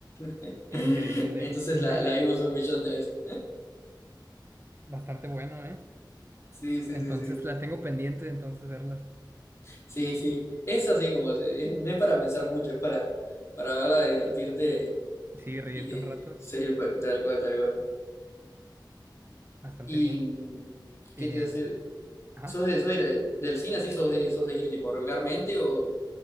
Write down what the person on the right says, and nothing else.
increíble, <laughs>
bastante bueno, ¿eh?
Entonces
las tengo pendientes, entonces verlas,
sí, reírte
un rato,
bastante
bien.
Eh,
ajá.